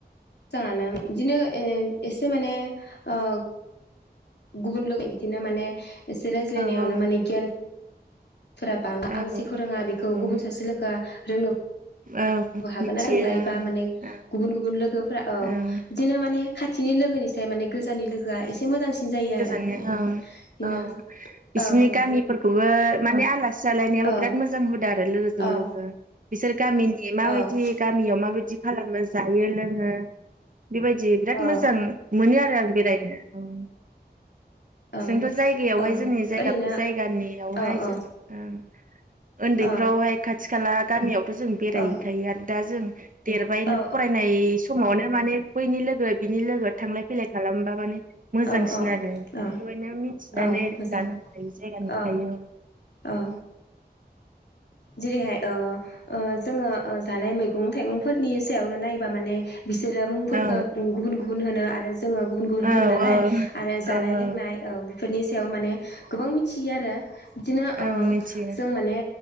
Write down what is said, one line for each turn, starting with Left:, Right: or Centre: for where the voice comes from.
Left: मोजाङानो बिदिनो एसे माने ओ गुबुनलोगो बिदिनो माने एसे रायज्लायावनो
Right: औ
Left: माने गियान फोरा बांओ
Right: औ
Left: आंजेखौ रोङा
Right: औ
Left: बेखौ
Right: औ
Left: गुबुन सासे लोगोआ रोङो
Right: औ
Left: बो हागोन
Right: मिथियो
Left: ना नोंलायबा
Right: ओं
Left: माने
Right: ओं
Left: गुबुन गुबुन लोगोफोरा औ
Right: ओं
Left: बिदिनो माने खा थिनि लोगोनिफ्राय माने गोजाननि लोगोआ एसे मोजांसिन जायो
Right: गोजाननिया
Left: आरो माने
Right: औ
Left: बिदिनो
Right: औ बिसोरनि
Left: औ औ
Right: गामिफोरखौबो माने आला सि जालायनायाबो
Left: औ
Right: बिराद मोजां हुदा आरो लोगोजों
Left: औ
Right: लोगो बिसोर गामिनि माबायदि
Left: औ
Right: गामियाव माबायदि खालामो जायो लोङो बेबायदि बिराद
Left: औ
Right: मोजां मोनो आरो आं बेरायनो औ ।
Left: औ
Right: जोंथ' जायगायावहाय
Left: औ
Right: जोंनि जायगा
Left: ओरैनो
Right: जायगानियावहाय
Left: औ औ
Right: जों ओं ओन्दैफ्रावहाय
Left: औ
Right: खाथि खाला गामियाव जों बेरायहैखायो
Left: औ
Right: आरो दा जों देरबाय
Left: औ
Right: फरायनाय समावनो माने बैनि लो गो बिनि लोगो थांलाय फैलाय खालामबा माने मोजांसि
Left: औ औ
Right: बिदिमोन आरो बेवहायनो
Left: औ
Right: मिथिनानै
Left: औ मोजां
Right: लानो हाखायो जायगा नुखायो।
Left: औ औ जेरैहाय अ अ जोङो जानाय मैगं थाइगंफोरनि सायावनो नायोबा माने बिसोरो मुंफोरखो
Right: औ
Left: गुबुन गु गुबुन होनो आरो जोङो गुबुन गुबुन
Right: औ
Left: होनोना
Right: औ
Left: लाय आरो जानाय
Right: औ
Left: लोंनाय औ । बेफोरनि सायाव माने गोबां मिथियो आरो बिदिनो ओ
Right: ओं मिथियो
Left: जों माने